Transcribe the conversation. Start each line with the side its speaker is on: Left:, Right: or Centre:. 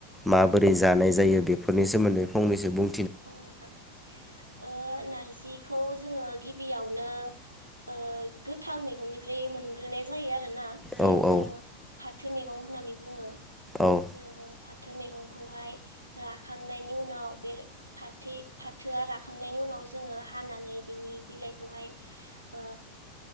Centre: माबोरै
Right: औ नोंथां
Centre: जानाय
Right: औ
Centre: जायो? बे बेफोरनि सोमोन्दै फंनैसो बुं
Right: औ नोंथां ओ नार जिखौ जोङो गिबियावनो ओ गोथां मैगंनिफ्राय मोनग्रोनाय जायो आ रो ना जेराव
Centre: औ औ
Right: जोङो फा थो मैगं होननानै बुङो।
Centre: औ
Right: जेराव जों फा थो मैगंखौहाय राखांनायनि उनाव बे फाथो फाथोआ राखांनायनि उनाव जोङो हानानै बिनि बिलाइखौहाय ओ